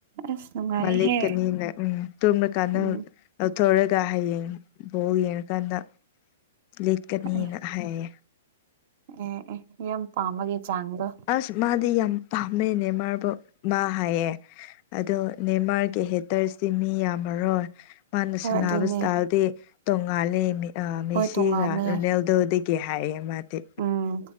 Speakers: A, on the right (about 55°); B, on the left (about 40°).
A: ꯑꯁ ꯅꯨꯡꯉꯥꯏꯍꯦ
B: ꯃꯥ ꯂꯦꯛꯀꯅꯤꯅ ꯎꯝ ꯇꯨꯝꯅꯀꯥꯟꯗ
A: ꯎꯝ
B: ꯊꯧꯔꯒ ꯍꯌꯦꯡ ꯕꯥꯎ ꯌꯦꯡꯉꯀꯥꯟꯗ ꯂꯤꯠꯀꯅꯦꯅ
A: ꯑꯦ
B: ꯍꯥꯏꯌꯦ
A: ꯑꯦ ꯑꯦ ꯌꯥꯝ ꯄꯥꯃꯒꯦ ꯆꯥꯡꯗꯣ
B: ꯑꯁ ꯃꯥꯗꯤ ꯌꯥꯝ ꯄꯥꯝꯃꯦ ꯅꯦꯃꯥꯔꯕꯨ ꯃꯥ ꯍꯥꯏꯌꯦ ꯑꯗꯣ ꯅꯦꯃꯥꯔꯒꯤ ꯍꯦꯇꯔꯁꯤ ꯃꯤ ꯌꯥꯝꯃꯔꯣꯏ ꯃꯥꯅ
A: ꯍꯣꯏ
B: ꯁꯟꯅꯕ
A: ꯑꯗꯨꯅꯦ
B: ꯏꯁꯇꯥꯏꯜꯗꯤ ꯇꯣꯡꯉꯥꯜꯂꯤ ꯃꯦꯁꯤꯒ
A: ꯍꯣꯏ ꯇꯣꯡꯉꯥꯜꯂꯦ
B: ꯔꯣꯅꯦꯜꯗꯣꯗꯒꯤ ꯍꯥꯏꯑꯦ ꯃꯥꯗꯤ
A: ꯎꯝ